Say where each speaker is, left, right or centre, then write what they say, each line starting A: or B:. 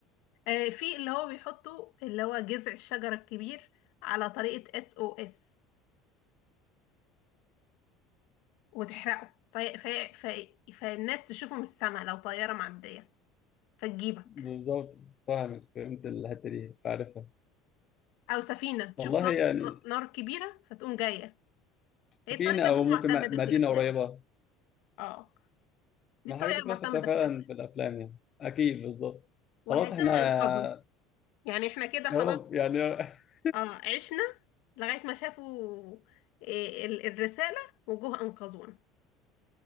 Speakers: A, on the left; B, on the left.
A: آه، في اللي هو بيحطوا اللي هو جذع الشجرة الكبير على طريقة اس او اس وتحرقه في في في فالناس تشوفه من السماء لو طيارة معدية فتجيبك
B: بالظبط فاهم فهمت الحتة دي عارفها
A: أو سفينة تشوف
B: والله
A: نار
B: يعني
A: نار كبيرة فتقوم جاية
B: سفينة
A: هي الطريقة
B: أو
A: دي المعتمدة
B: ممكن م- مدينة
A: في الأفلام
B: قريبة
A: اه دي
B: ما
A: الطريقة
B: الحاجات دي
A: المعتمدة
B: كلها فتاة فعلا
A: في الأفلام
B: في الأفلام يعني أكيد بالظبط
A: وهيتم
B: خلاص احنا
A: إنقاذنا يعني احنا كده خلاص
B: يا رب يعني <laughs>
A: اه عشنا لغاية ما شافوا آه، ال- الرسالة وجوه أنقذونا